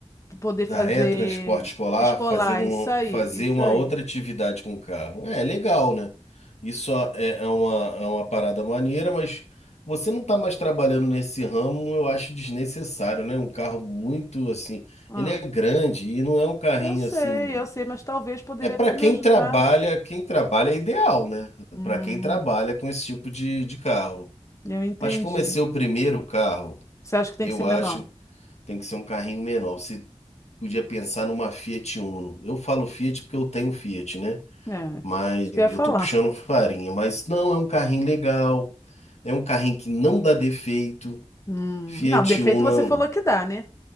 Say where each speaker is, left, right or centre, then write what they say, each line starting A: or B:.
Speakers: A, on the left; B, on the left.
A: poder
B: da
A: fazer
B: é transporte escolar,
A: escolar,
B: fazer um,
A: isso aí,
B: fazer
A: isso
B: uma
A: aí.
B: outra atividade com o carro. É é legal, né? Isso é, é é uma, é uma parada maneira, mas você não está mais trabalhando nesse ramo, eu acho desnecessário, né? Um carro muito assim,
A: Ah,
B: ele é grande e não é um carrinho
A: eu sei,
B: assim.
A: eu sei, mas talvez poderia
B: É para
A: até me
B: quem
A: ajudar.
B: trabalha, quem trabalha é ideal, né?
A: Hum,
B: Para quem trabalha com esse tipo de, de carro.
A: eu entendi.
B: Mas como é seu primeiro carro,
A: Você acha que tem
B: eu
A: que ser
B: acho
A: menor?
B: que tem que ser um carrinho menor. Você podia pensar numa Fiat Uno. Eu falo Fiat porque eu tenho Fiat, né?
A: É,
B: Mas
A: isso que eu ia falar.
B: eu tô puxando farinha. Mas não, é um carrinho legal. É um carrinho que não dá defeito.
A: Hum,
B: Fiat
A: não, defeito
B: Uno,
A: você falou que dá, né?